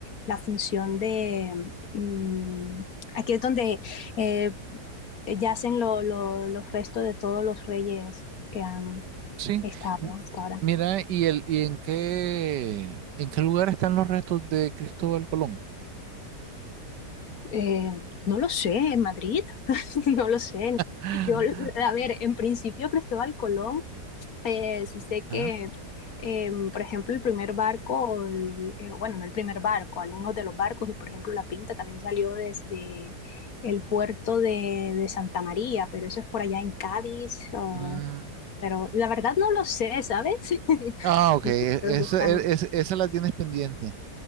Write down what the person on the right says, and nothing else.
Sí.
M-
Mira, ¿y el, y en qué, en qué lugar están los restos de Cristóbal Colón?
<gasps>
Ah,
mm.
Ah, ok, e,
esa, e- esa esa la tienes pendiente.